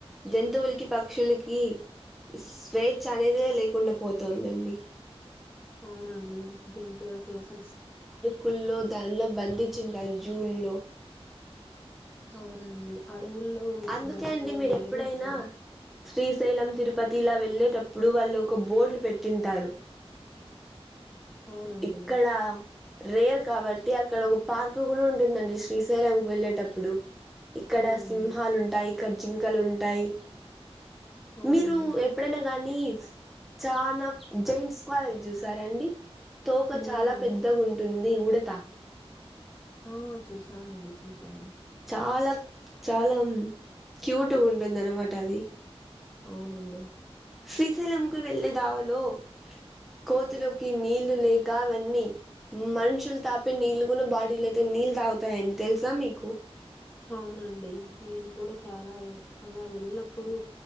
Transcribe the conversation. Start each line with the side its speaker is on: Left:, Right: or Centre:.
Centre: జంతువులకి, పక్షుల కి స్వేచ్ఛ అనేది లేకుండా పోతుందండి.
Left: అవునండి జంతువులకి అసలు
Centre: కూల్లో దానిలో బంధిచింటారు, జూ ల్లో
Left: అవునండి అడవుల్లో
Centre: అందుకే
Left: బతకడం
Centre: అండి మీరు
Left: వేరు
Centre: ఎప్పుడైనా
Left: ఇక్కడ
Centre: శ్రీశైలం, తిరుపతి ఇలా వెళ్ళేటప్పుడు వాళ్ళు ఒక బోర్డులు పెట్టింటారు
Left: అవునండి.
Centre: ఇక్కడ రేర్ కాబట్టి అ ఇక్కడ ఒక పార్క్ కూడా ఉంటుందండి, శ్రీశైలంకి వెళ్ళేటప్పుడు ఇక్కడ
Left: అవునండి.
Centre: సింహాలు ఉంటాయి. ఇంకా జ్జింకలు ఉంటాయి.
Left: అవునండి.
Centre: మీరు ఎప్పుడైనా కానీ చానా జైంట్స్ స్కవేరల్ చూసారండి. తోక
Left: లేదండి.
Centre: చాలా పెద్దగా ఉంటుంది. ది ఉడతా
Left: ఆ! చూసానండి చూశాను
Centre: చాలా చాలా క్యూట్గా ఉంటుంది అనమాట అది.
Left: అవునండి
Centre: శ్రీశైలంకి వెల్లె దావలో కోతిలోకి నీళ్ళు లేక అవన్నీ మనుషులు తాపే నీళ్లు కూడా బాడీలు అయితే నీళ్ళు తాగుతాయండి తెలుసా మీకు
Left: అవునండి నేను కూడా చాలా అలా వెళ్ళినప్పుడు